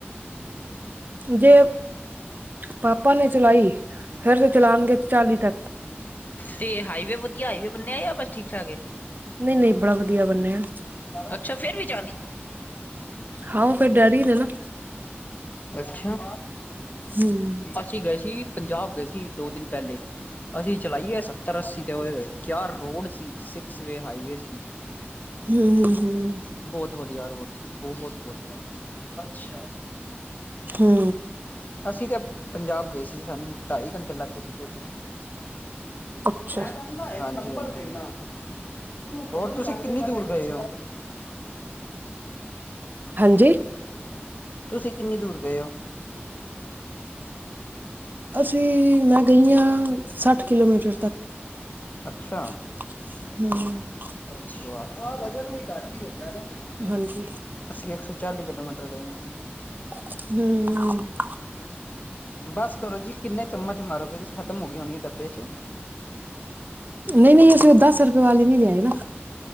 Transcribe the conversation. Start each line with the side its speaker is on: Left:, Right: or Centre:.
Right: ਜੇ ਪਾਪਾ ਨੇ ਚਲਾਈ ਫਿਰ ਤੇ ਚਲਾਂਨਗੇ ਚਾਲੀ ਤੱਕ
Left: ਤੇ ਹਾਈਵੇ ਵਧੀਆ ਹਾਈਵੇ ਬਨਿਆ ਆ ਬਸ ਠੀਕ ਠਾਕ ਹੈ?
Right: ਨਹੀਂ ਨਹੀਂ ਬੜਾ ਵਧੀਆ ਬਣਿਆ
Left: ਅੱਛਾ ਫੇਰ ਵੀ ਚਾਲ਼ੀ
Right: ਹਾਂ ਉਹ ਫੇਰ ਡੈਡੀ ਨੇ ਨਾ
Left: ਅੱਛਾ
Right: ਹਮ
Left: ਅਸੀਂ ਗਏ ਸੀ ਪੰਜਾਬ ਗਏ ਸੀ। ਦੋ ਦਿਨ ਪਹਿਲੇ ਅਸੀਂ ਚਲਾਈ ਏ ਸੱਤਰ ਅੱਸੀ ਤੇ ਉਏ ਹੋਏ ਕਿਆ ਰੋਡ ਸੀ ਸਿਕਸ ਵੇ ਹਾਈਵੇ ਸੀ। ਹ
Right: ਹੂੰ ਹੂੰ ਹੂੰ
Left: ਬਹੁਤ ਵਧੀਆ ਰੋਡ ਸੀ ਬਹੁਤ ਵਧੀਆ ਅੱਛਾ।
Right: ਹੂੰ
Left: ਅਸੀਂ ਤੇ ਪੰਜਾਬ ਗਏ ਸੀ ਸਾਨੂੰ ਢਾਈ ਘੰਟੇ ਲੱਗ <unintelligible>
Right: ਅੱਛਾ
Left: ਹਾਂਜੀ-ਹਾਂਜੀ। ਹੋਰ ਤੁਸੀਂ ਕਿੰਨੀ ਦੂਰ ਗਏ ਉ?
Right: ਹਾਂਜੀ
Left: ਤੁਸੀਂ ਕਿੰਨੀ ਦੂਰ ਗਏ ਓ?
Right: ਅਸੀਂ ਮੈਂ ਗਈਆਂ ਸੱਠ ਕਿਲੋਮੀਟਰ ਤੱਕ।
Left: ਅੱਛਾ।
Right: ਹੂੰ।
Left: ਅੱਛਿਆ, ਆਹ ਬਜਟ ਵੀ ਘੱਟ ਹੀ ਹੁੰਦਾ ਨਾ ਗੱਡੀ ਦਾ।
Right: ਹਾਂਜੀ
Left: ਅਸੀਂ ਇੱਕ ਸੌ ਚਾਲੀ ਕਿਲੋਮੀਟਰ ਗਏ ਆਂ ਜੀ।
Right: ਹੂੰ।
Left: ਬਸ ਕਰੋ ਜੀ ਕਿੰਨੇ ਚਮਚ ਮਾਰੋਗੇ ਏਦੇ ਚ ਖਤਮ ਹੋਗੀ ਹੋਣੀ ਆ ਡੱਬੇ ਚ।
Right: ਨਈ- ਨਈ ਅਸੀਂ ਓਹ ਦਸ ਰੁਪਏ ਵਾਲੇ ਨੀ ਲਿਆਏ ਨਾ।